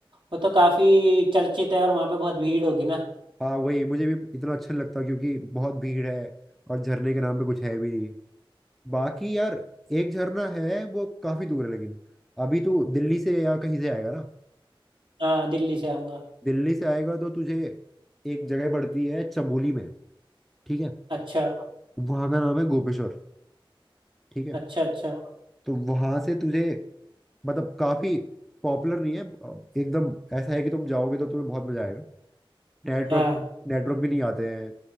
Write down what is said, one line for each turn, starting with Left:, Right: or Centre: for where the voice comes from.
Right: वो तो काफी चर्चित है और वहाँ पे बहुत भीड़ होगी ना
Centre: हाँ वही मुझे भी इतना अच्छा नहीं लगता क्योंकि बहुत भीड़ है और झरने के नाम पे कुछ है भी नहीं बाकी यार एक झरना है वो काफी दूर है लेकिन अभी तू दिल्ली से या कहीं से आएगा ना
Right: हाँ दिल्ली से आऊंगा
Centre: दिल्ली से आएगा तो तुझे एक जगह पड़ती है चमोली में ठीक है
Right: अच्छा
Centre: वहाँ का नाम है गोपेश्वर ठीक है
Right: अच्छा अच्छा
Centre: तो वहां से तुझे मतलब काफी पॉपुलर नहीं है अ, एकदम ऐसा है कि तुम जाओगे तो तुम्हें बहुत मजा आएगा नेटवर्क
Right: हाँ
Centre: नेटवर्क भी नहीं आते हैं